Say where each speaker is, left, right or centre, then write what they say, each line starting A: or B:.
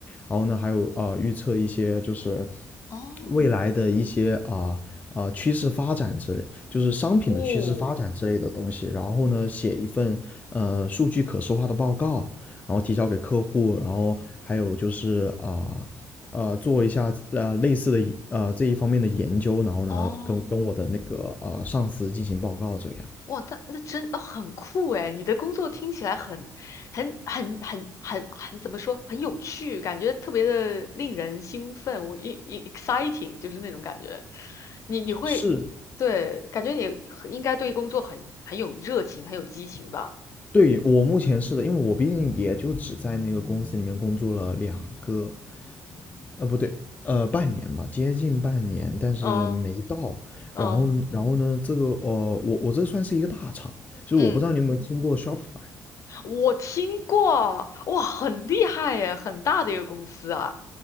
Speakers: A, on the left (about 25°); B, on the left (about 55°).
A: 然后呢还有啊、呃预测一些就是
B: 哦，
A: 未来的一些啊啊、呃趋势发展之类，就是商品的趋势发展之类的东西，
B: 哦
A: 然后呢写一份呃数据可视化的报告，然后提交给客户，然后还有就是啊。呃呃，做一下呃类似的呃这一方面的研究，然后呢，
B: 哦，
A: 跟跟我的那个呃上司进行报告，这样。
B: 哇，那那真哦很酷诶，你的工作听起来很很很很很很怎么说，很有趣，感觉特别的令人兴奋，我一 e- exciting 就是那种感觉。你你会
A: 是
B: 对，感觉你很应该对工作很很有热情，很有激情吧？
A: 对我目前是的，因为我毕竟也就只在那个公司里面工作了两个，呃，不对，呃，半年吧，接近半年，但是没到。
B: 嗯嗯
A: 然后，然后呢，这个呃，我我这算是一个大厂，就是我不知道你有没有听过
B: 嗯。
A: Shopify。
B: 我听过，哇，很厉害耶，很大的一个公司啊。